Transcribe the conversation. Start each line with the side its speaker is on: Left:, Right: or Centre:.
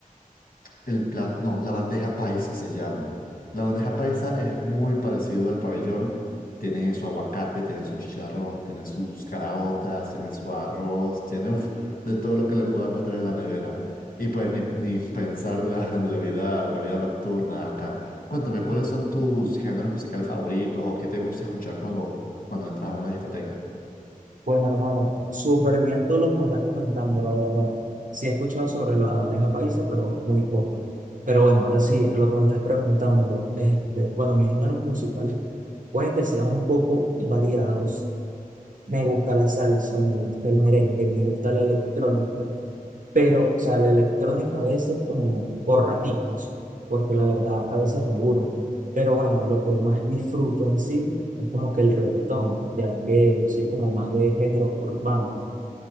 Left: el plato, no, la bandeja paisa se llama. La bandeja paisa es muy parecido al pabellón. Tiene su aguacate, tiene su chicharrón, tiene sus caraotas, tiene su arroz, tiene uf, de todo lo que le puedas meter en la nevera. Y pues ni, ni pensar de la, de la vida, de la vida nocturna acá. Cuéntame, ¿cuáles son tus géneros musicales favoritos o qué te gusta escuchar cuando, cuando entras a una discoteca?
Right: Bueno, hermano, súper bien todo lo que me estás comentando, la verdad. Sí he escuchado sobre la bandeja paisa, pero muy poco. Pero bueno, ahora sí, lo que me estás preguntando, este, bueno, mis géneros musicales pueden que sean un poco variados. Me gusta la salsa, me gusta el merengue, me gusta la electrónica, pero, o sea, la electrónica a veces como por raticos, porque la verdad a veces me aburre. Pero bueno, lo que más disfruto en sí es como que el reggaetón, ya que sí como más de género urbano,